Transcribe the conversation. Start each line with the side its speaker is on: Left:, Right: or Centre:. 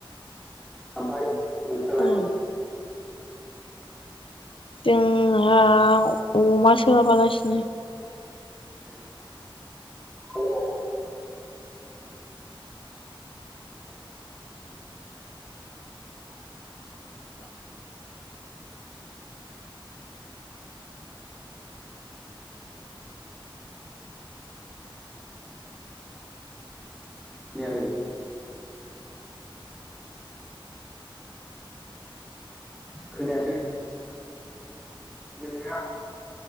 Centre: ओमफ्राय नोंहालाय
Left: ओं
Centre: मा एंख्रै?
Left: जोंहा अमा सोलाबागासिनो
Centre: ओम अमाजों माजों? औ खोनायाखै खोनायासै नोंना